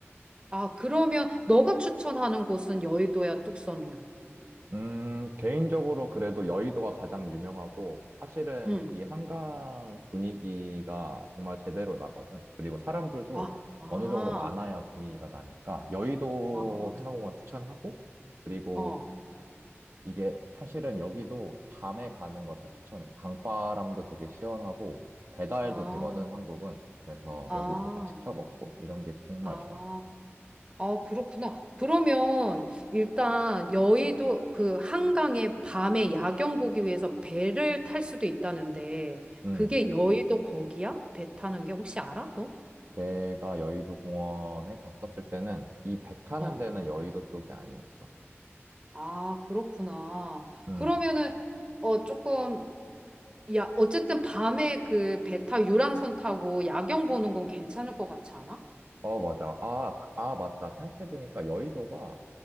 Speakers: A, on the right; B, on the right.
A: 아, 그러면 너가 추천하는 곳은 여의도야, 뚝섬이야?
B: 음, 개인적으로 그래도 여의도가 가장 유명하고, 사실은
A: 응.
B: 이 한강 분위기가 정말 제대로 나거든. 그리고 사람들도
A: 아, 아,
B: 어느 정도 많아야 분위기가 나니까, 여의도
A: 아,
B: 한강공원 추천하고, 그리고
A: 어,
B: 이게 사실은 여기도 밤에 가는 거 더
A: 음.
B: 추천해. 강바람도 되게 시원하고, 배달도
A: 아,
B: 되거든, 한국은. 그래서
A: 아,
B: 여기서 딱 시켜 먹고, 이런 게 정말
A: 아,
B: 좋아.
A: 아, 그렇구나. 그러면 일단 여의도 그 한강에 밤에 야경 보기 위해서 배를 탈 수도 있다는데
B: 음.
A: 그게 여의도 거기야? 배 타는 게 혹시 알아? 너?
B: 내가 여의도 공원에 갔었을 때는 이 배 타는
A: 어.
B: 데는 여의도 쪽이 아니었어.
A: 아, 그렇구나.
B: 음.
A: 그러면은 어 조금 야, 어쨌든 밤에 그 베타 유람선 타고 야경 보는 건 괜찮을 것 같지 않아?
B: 어, 맞아. 아, 그- 아, 맞다. 생각해보니까 여의도가